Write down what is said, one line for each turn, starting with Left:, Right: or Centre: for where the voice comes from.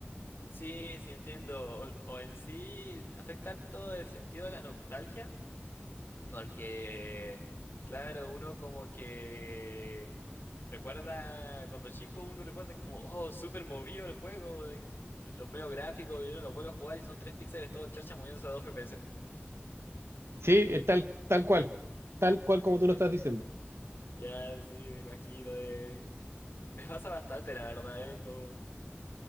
Left: Sí, sí entiendo. O, o en sí afecta todo el sentido de la nostalgia, porque, claro, uno como que recuerda, cuando chico uno recuerda como, oh, súper movido el juego, y los medios gráficos, y uno los vuelve a jugar y son tres píxeles todo charcha moviéndose a dos FPS.
Right: Sí, es tal, tal cual, tal cual como tú lo estás diciendo.
Left: Ya, sí, me imagino. eh. Me pasa bastante, la verdad, es como...